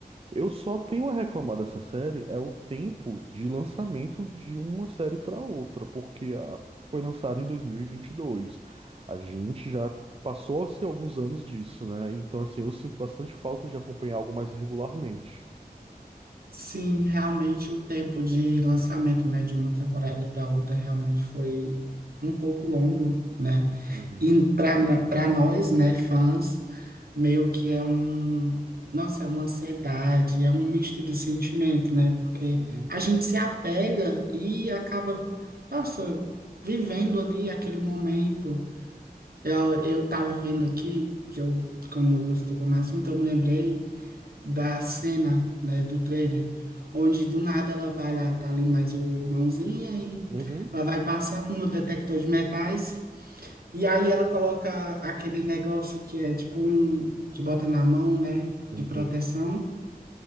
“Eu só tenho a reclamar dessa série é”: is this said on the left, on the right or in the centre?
Right